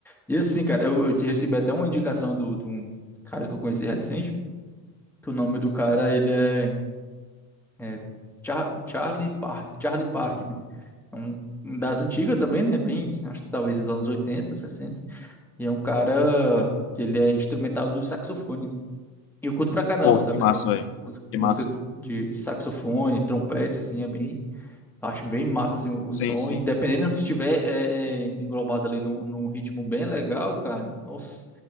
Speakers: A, in the centre; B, on the left (about 35°).
A: E assim, cara, eu, eu te recebi até uma indicação do, de um cara que eu conheci recente, que o nome do cara, ele é, é Char- Charlie Park, Charlie Park, né? É um um das antigas também, né? Bem, acho que talvez dos anos oitenta sessenta E é um cara que ele é instrumental do saxofone, né? Eu curto pra caramba,
B: Porra,
A: sabe,
B: que massa,
A: assim,
B: velho.
A: mús- música
B: Que massa.
A: de, de- de saxofone, trompete, assim, é bem, acho bem massa, assim, o, o
B: Sim,
A: som,
B: sim.
A: e dependendo se estiver é, é, englobado ali num, num ritmo bem legal, cara, nossa,